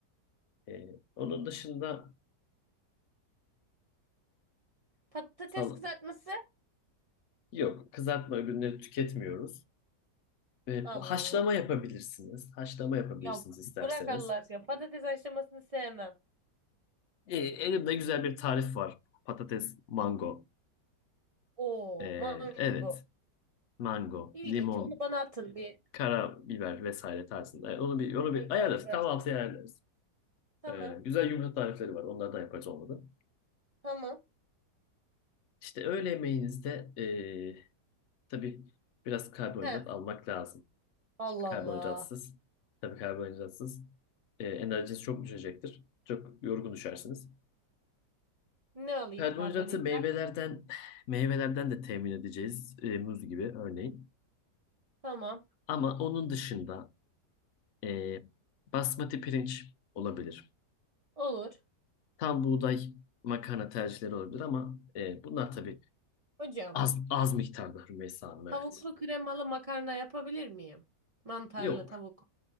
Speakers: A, on the left; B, on the right.
A: Eee, onun dışında
B: Patates
A: sal-
B: kızartması?
A: yok kızartma ürünleri tüketmiyoruz. E,
B: Allah
A: haşlama
B: Allah.
A: yapabilirsiniz. Haşlama yapabilirsiniz
B: Ya
A: isterseniz.
B: bırak Allah aşkına. Patates haşlamasını sevmem.
A: E, elimde güzel bir tarif var. Patates, mango.
B: Oo,
A: E,
B: mango.
A: evet. Mango,
B: İlginç.
A: limon,
B: Onu bana atın bir.
A: karabiber vesaire tarzında. E, onu bir onu bir
B: Ay, karabiber.
A: ayarlarız. Kahvaltıya ayarlarız.
B: Tamam,
A: E, güzel yumurta tarifleri var. Onlardan yapacağız olmadı.
B: tamam.
A: İşte öğle yemeğinizde e, tabii biraz karbonhidrat
B: He,
A: almak lazım.
B: Allah
A: Şimdi karbonhidratsız,
B: Allah.
A: tabii karbonhidratsız e, enerjiniz çok düşecektir. Çok yorgun düşersiniz.
B: Ne alayım
A: Karbonhidratı
B: karbonhidrat?
A: meyvelerden meyvelerden de temin edeceğiz. E, muz gibi örneğin.
B: Tamam.
A: Ama onun dışında e, basmati pirinç olabilir.
B: Olur.
A: Tam buğday makarna tercihleri olabilir ama e, bunlar tabii
B: Hocam,
A: az az miktarda Rümeysa Hanım
B: tavuklu
A: evet.
B: kremalı makarna yapabilir miyim? Mantarlı
A: Yok.
B: tavuk.